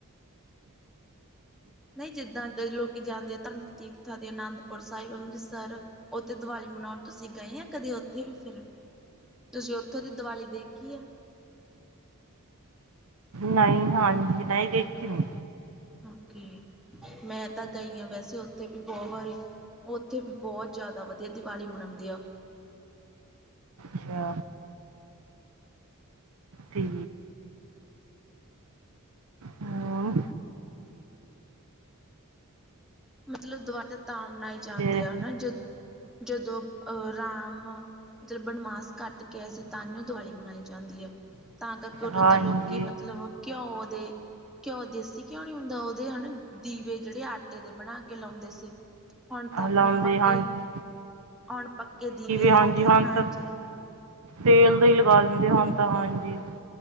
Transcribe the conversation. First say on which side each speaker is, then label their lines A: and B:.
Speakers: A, in the centre; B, on the right (about 80°).
A: ਨਹੀਂ ਜਿੱਦਾਂ ਦੇ ਲੋਕੀ ਜਾਂਦੇ ਆ ਧਾਰਮਿਕ ਤੀਰਥਾਂ ਤੇ ਅਨੰਦਪੁਰ ਸਾਹਿਬ, ਅੰਮ੍ਰਿਤਸਰ ਉੱਥੇ ਦੀਵਾਲੀ ਮਨਾਉਣ ਤੁਸੀਂ ਗਏ ਆ ਕਦੇ ਉੱਥੇ ਵੀ ਫਿਰ ਤੁਸੀਂ ਉੱਥੋ ਦੀ ਦੀਵਾਲੀ ਦੇਖੀ ਆ।
B: ਨਈ, ਹਾਂਜੀ ਨਈ ਦੇਖੀ ਮੈ
A: ਓਕੇ ਮੈਂ ਤਾਂ ਗਈ ਹਾਂ ਵੈਸੇ ਉੱਥੇ ਵੀ ਬਹੁ ਵਾਰੀ, ਉੱਥੇ ਵੀ ਬਹੁਤ ਜ਼ਿਆਦਾ ਵਧੀਆ ਦੀਵਾਲੀ ਮਨਾਉਂਦੇ ਆ।
B: ਅੱਛਾ। ਠੀ ਹੂੰ
A: ਮਤਲਬ ਦੀਵਾਲੀ ਤਾਂ ਮਨਾਈ ਜਾਂਦੀ
B: ਫੇਰ
A: ਆ ਹਨਾ ਜਦੋਂ ਅਹ ਰਾਮ ਮਤਲਬ ਬਨਵਾਸ ਘੱਟ ਕੇ ਆਏ ਸੀ ਤਾਂਈਓ ਦੀਵਾਲੀ ਮਨਾਈ ਜਾਂਦੀ ਆ। ਤਾਂ ਕਰਕੇ ਉਦੋਂ
B: ਹਾਂਜੀ
A: ਤਾਂ ਲੋਕੀ ਮਤਲਬ ਘਿਓ ਦੇ ਘਿਓ ਦੇਸੀ ਘਿਓ ਨੀ ਹੁੰਦਾ, ਉਹਦੇ ਹਨਾ ਦੀਵੇ ਜਿਹੜੇ ਆਟੇ ਦੇ ਬਣਾ ਕੇ ਲਾਉਂਦੇ ਸੀ। ਹੁਣ ਤਾਂ ਆਪਣੇ
B: ਲਾਉਂਦੇ
A: ਪੱਕੇ,
B: ਹਾਂਜੀ
A: ਹੁਣ ਪੱਕੇ ਦੀਵੇ ਲਾਉਂਦੇ
B: ਹਾਂਜੀ ਹੁਣ
A: ਹਾਂਜੀ
B: ਤਾਂ ਤੇਲ ਦੇ ਹੀ ਲਗਾ ਦਿੰਦੇ ਹੁਣ ਤਾਂ ਹਾਂਜੀ,